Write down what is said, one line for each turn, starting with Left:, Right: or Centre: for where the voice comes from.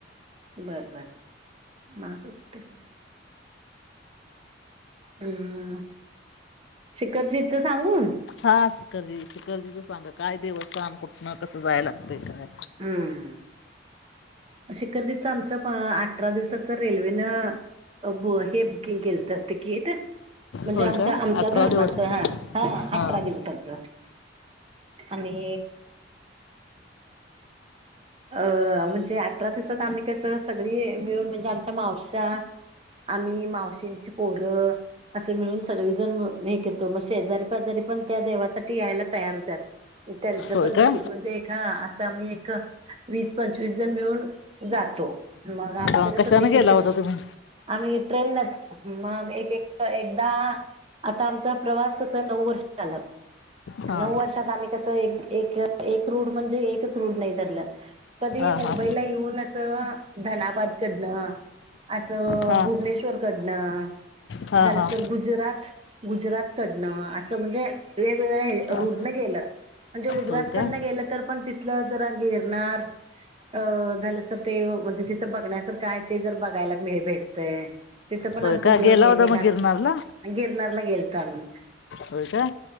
Right: बरं बरं मगंत के- हम् शखरजच सांगून
Left: हा शिखरजी शिखरजीच सांगा काय देवस्थान कुठनं कसं जायला लागतंय काय
Right: हम्म ह शिखरजीचं आमचं अठरा दिवसाचं रेल्वेनं अबो हे बुकिंग केल तर तिकीट म्हणजे
Left: होय
Right: आमच्या
Left: का
Right: आमच्या
Left: अठरा
Right: धर्माचं
Left: दिवस
Right: हा हा
Left: हां
Right: अठरा दिवसाच आणि अ म्हणजे अठरा दिवसात आम्ही कस सगळी मिळून म्हणजे आमच्या मावश आम्ही मावशींची पोरं असे मिळून सगळी जण हे करतो मग शेजारी पजारी पण त्या देवासाठी यायला तयार होत्या त्यांचं
Left: होय
Right: पण
Left: का
Right: तिकीट म्हणजे एक हा असं आम्ही एक वीस पंचवीस जण मिळून जातो मग आमचं
Left: हां
Right: कसं
Left: कशानं
Right: तिकीट
Left: गेला
Right: कस
Left: होता तुम्ही
Right: आम्ही ट्रेन नच मग एक एकदा आता आमचा प्रवास कस नऊ वर्ष झालं
Left: हां
Right: नऊ वर्षात आम्ही कसं एक एक रूड म्हणजे एकच रूढ नाही धरलं कधी
Left: हां
Right: मुंबईला
Left: हां
Right: येऊन असं धनाबाद कडनं असं
Left: हां
Right: भुवनेश्वर कडनं
Left: हां
Right: झालंस
Left: हां
Right: तर गुजरात गुजरात कडनं असं म्हणजे वेगवेगळ हे
Left: हां
Right: रुडनं गेलं म्हणजे गुजरातकडनं
Left: होय का
Right: गेलं तर पण तिथलं जरा गिरणार अ झालंस तर ते म्हणजे तिथं बघण्यासारखं आहे ते जर बघायला मी भेटतय तिथं पण
Left: होय
Right: आमच
Left: का
Right: देव
Left: गेला
Right: नेहमीनाथ
Left: होता मग गिरनारला
Right: गिरनारला गेलतो आम्ही
Left: हो का